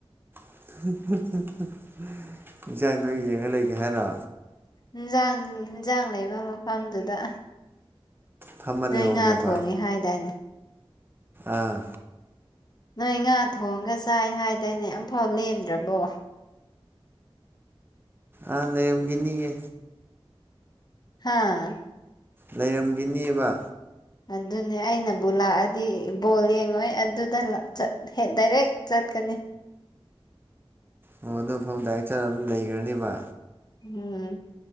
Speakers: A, on the right; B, on the left.
A: <unintelligible> ꯏꯟꯖꯥꯡꯗꯣꯗ ꯌꯦꯡꯉ ꯂꯩꯒꯦ ꯍꯥꯏꯔꯣ
B: ꯏꯟꯖꯥꯡ ꯍꯦꯟꯖꯥꯡ ꯂꯩꯕ ꯃꯐꯝꯗꯨꯗ
A: ꯐꯝꯃ
B: ꯅꯣꯏ
A: ꯂꯩꯍꯧꯒꯦꯕ
B: ꯉꯥ ꯊꯣꯡꯉꯦ ꯍꯥꯏꯗꯥꯏꯅꯦ
A: ꯑꯥ
B: ꯅꯣꯏ ꯉꯥ ꯊꯣꯡꯉꯒ ꯆꯥꯏ ꯍꯥꯏꯗꯥꯏꯅꯦ ꯑꯝꯐꯥꯎ ꯂꯦꯝꯗ꯭ꯔꯕꯣ
A: ꯑꯥ ꯂꯩꯔꯝꯒꯤꯅꯤꯌꯦ
B: ꯍꯥꯥ
A: ꯂꯩꯔꯝꯒꯤꯅꯤꯕ
B: ꯑꯗꯨꯅꯦ ꯑꯩꯅꯕꯨ ꯂꯥꯛꯑꯗꯤ ꯕꯣꯜ ꯌꯦꯡꯉꯣꯏ ꯑꯗꯨꯗ ꯆꯠ ꯍꯦꯛ ꯗꯥꯏꯔꯦꯛ ꯆꯠ ꯀꯅꯤ
A: ꯑꯣ ꯑꯗꯨꯐꯝ ꯗꯥꯏꯔꯦꯛ ꯆꯠꯂ ꯑꯗꯨꯝ ꯂꯩꯒ꯭ꯔꯅꯤꯕ
B: ꯎꯝ